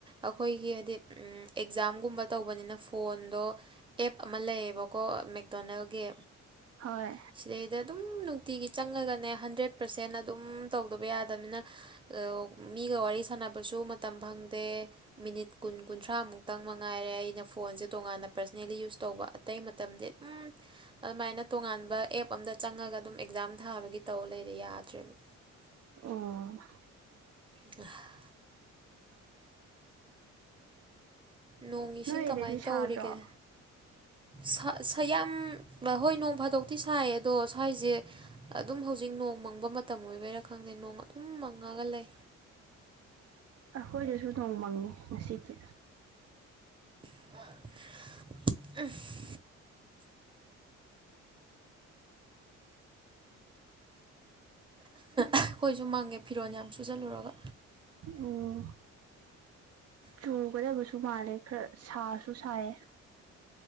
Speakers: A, on the right; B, on the right.
A: ꯑꯈꯣꯏꯒꯤ ꯍꯥꯏꯗꯤ ꯎꯝ ꯑꯦꯛꯖꯥꯝꯒꯨꯝꯕ ꯇꯧꯕꯅꯤꯅ ꯐꯣꯟꯗꯣ ꯑꯦꯞ ꯑꯃ ꯂꯩꯌꯦꯕꯀꯣ ꯃꯦꯛꯗꯣꯅꯦꯜꯒꯤ
B: ꯍꯣꯏ
A: ꯁꯤꯗꯩꯗ ꯑꯗꯨꯝ ꯅꯨꯡꯇꯤꯒꯤ ꯆꯪꯉꯒꯅꯦ ꯍꯟꯗ꯭ꯔꯦꯠ ꯄꯔꯁꯦꯟ ꯑꯗꯨꯝ ꯇꯧꯗꯕ ꯌꯥꯗꯅꯤꯅ <unintelligible> ꯃꯤꯒ ꯋꯥꯔꯤ ꯁꯥꯟꯅꯕꯁꯨ ꯃꯇꯝ ꯐꯪꯗꯦ ꯃꯤꯅꯤꯠ ꯀꯨꯟ ꯀꯨꯟꯊ꯭ꯔꯥꯃꯨꯛꯇꯪ ꯃꯉꯥꯏꯔꯦ ꯑꯩꯅ ꯐꯣꯟꯁꯦ ꯇꯣꯉꯥꯟꯅ ꯄꯔꯁꯅꯦꯜꯂꯤ ꯌꯨꯁ ꯇꯧꯕ ꯑꯇꯩ ꯃꯇꯝꯗꯤ ꯑꯗꯨꯝ ꯑꯗꯨꯃꯥꯏꯅ ꯇꯣꯉꯥꯟ ꯕ ꯑꯦꯞ ꯑꯝꯗ ꯆꯪꯉꯒ ꯑꯗꯨꯝ ꯑꯦꯛꯖꯥꯝ ꯊꯥꯕꯒꯤ ꯇꯧ ꯂꯩꯔꯦ ꯌꯥꯗ꯭ꯔꯦꯕ
B: ꯑꯣ
A: <unintelligible> ꯅꯣꯡ ꯏꯁꯤꯡ
B: ꯅꯣꯏꯗꯗꯤ
A: ꯀꯃꯥꯏꯟ
B: ꯁꯥꯗ꯭ꯔꯣ
A: ꯇꯧꯔꯤꯒꯦ ꯁꯥ ꯁꯌꯥꯝ ꯕ ꯍꯣꯏ ꯅꯣꯡ ꯐꯥꯗꯣꯛꯇꯤ ꯁꯥꯏ ꯑꯗꯣ ꯁ꯭ꯋꯥꯏꯖꯦ ꯑꯗꯨꯝ ꯍꯧꯖꯤꯛ ꯅꯣꯡ ꯃꯪꯕ ꯃꯇꯝ ꯑꯣꯏꯕꯩꯔꯥ ꯈꯪꯗꯦ ꯅꯣꯡ ꯑꯗꯨꯝ ꯃꯪꯉꯒ ꯂꯩ
B: ꯑꯈꯣꯏꯗꯖꯨ ꯅꯣꯡ ꯃꯪꯉꯤ ꯉꯁꯤꯗꯤ
A: <unintelligible> ꯑꯈꯣꯏꯁꯖꯨ ꯃꯪꯉꯦ ꯐꯤꯔꯣꯜ ꯌꯥꯝ ꯁꯨꯖꯜꯂꯨꯔꯒ
B: ꯎꯝ ꯆꯨꯒꯗꯕꯁꯨ ꯃꯥꯜꯂꯦ ꯈꯔ ꯁꯥꯁꯨ ꯁꯥꯏꯌꯦ